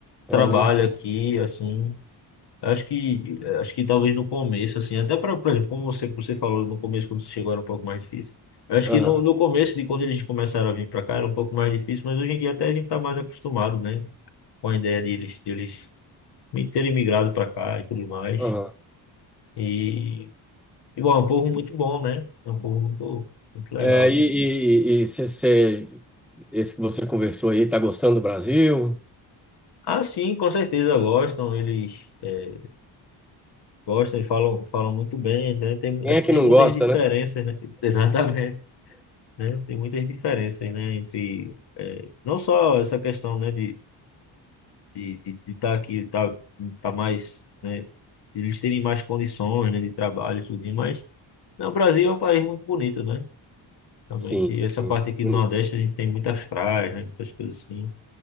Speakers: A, in the centre; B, on the left.
A: É,
B: Trabalho
A: né?
B: aqui, assim, Acho que, acho que talvez no começo, assim, até para, por exemplo, como você, você falou no começo, quando você chegou era um pouco mais difícil. Eu acho
A: Aham,
B: que no, no começo, de quando eles começaram a vir para cá, era um pouco mais difícil, mas hoje em dia até a gente está mais acostumado, né? Com a ideia de eles, de eles mi- terem migrado para cá e tudo mais.
A: aham.
B: E, e, bom, é um povo muito bom, né? É um povo muito, muito legal.
A: É,
B: assim.
A: e e, você, esse que você conversou aí, tá gostando do Brasil?
B: Ah, sim, com certeza gostam, eles eh, gostam e falam, falam muito bem, né? Tem,
A: Quem
B: acho
A: é que
B: que tem
A: não
B: muitas
A: gosta,
B: diferenças,
A: né?
B: né? <laughs> Exatamente. né? Tem muitas diferenças, né? Entre eh, não só essa questão, né, de de de estar aqui, tá, tá mais, né? de Eles terem mais condições, né, de trabalho, e tudo mais. Não, o Brasil é um país muito bonito, né? Realmente.
A: Sim,
B: E essa
A: sim,
B: parte aqui
A: bonito.
B: do Nordeste a gente tem muitas praias, né? Muitas coisas assim.